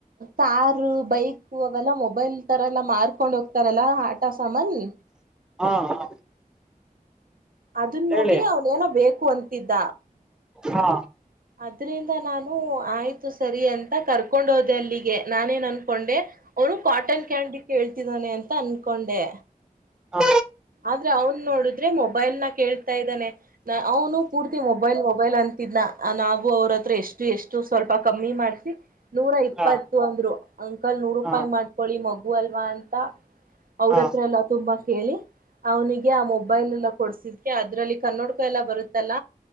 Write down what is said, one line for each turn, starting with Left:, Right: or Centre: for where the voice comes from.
Right: ಕಾರಾ ಬೈಕ್ ಅವೆಲ್ಲಾ ಮೊಬೈಲ್ ತರ ಎಲ್ಲಾ ಮಾರ್ಕೊಂಡ್ ಹೋಗ್ತಾರಲ್ಲಾ ಆಟ ಮನೆಿ
Centre: ಹಾ ಹಾ
Right: ಅದನ್
Centre: ಹೇಳಿ
Right: ನೋಡಿ ಅವನೇನೋ ಬೇಕು ಅಂತಿದ್ದ
Centre: ಹಾ
Right: ಅದ್ರಿಂದ ನಾನು ಆಯ್ತು ಸರಿ ಅಂತ ಕರ್ಕೊಂಡ್ ಹೋದೆ ಅಲ್ಲಿಗೆ ನಾನೇನ್ ಅನ್ಕೊಂಡೆ ಅವರು ಕಾಟನ್ ಕ್ಯಾಂಡಿ ಕೇಳ್ತಿದ್ದಾನೆ ಅಂತ ಅನ್ಕೊಂಡೆ
Centre: ಹೌ
Right: ಆದ್ರೆ ಅವನ್ ನೋಡಿದ್ರೆ ಮೊಬೈಲ್ ನ ಕೇಳ್ ಇದ್ದಾನೆ ಅವನು ಕೂರ್ತಿ ಮೊಬೈಲ್- ಮೊಬೈಲ್ ಅಂತಿದ್ನ. ನಾವು ಅವ್ರ ಹತ್ರ ಎಷ್ಟು -ಎಷ್ಟು ಸ್ವಲ್ಪ ಕಮ್ಮಿ ಮಾಡ್ಸಿ, ನೂರ ಇಪ್ಪತ್ತು
Centre: ಹಾ
Right: ಅಂದ್ರು ಅಂಕಲ್ ನೂರ ರೂಪಾಯಿ
Centre: ಹಾ
Right: ಮಾಡ್ಕೊಳ್ಳಿ ಮಗು ಅಲ್ವಾ ಅಂತ, ಅವ್ರತ್ರ
Centre: ಹಾ
Right: ಎಲ್ಲಾ ತುಂಬಾ ಕೇಳಿ, ಅವನಿಗೆ ಆ ಮೊಬೈಲ್ ಎಲ್ಲ ಕೊಡ್ಸಿದ್ಕ ಅದ್ರಲ್ಲಿ ಕನ್ನೋಡ್ಕ ಎಲ್ಲ ಬರುತ್ತಲ್ಲ